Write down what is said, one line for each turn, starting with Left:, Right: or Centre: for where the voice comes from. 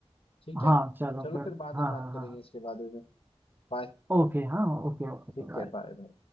Left: ठीक है
Right: हाँ चलो
Left: चलो
Right: फिर
Left: फिर बाद
Right: हाँ
Left: में बात
Right: हाँ हाँ
Left: करेंगे इसके बारे में Bye.
Right: ओके हाँ ओके ओके
Left: ठीक है बाय बाय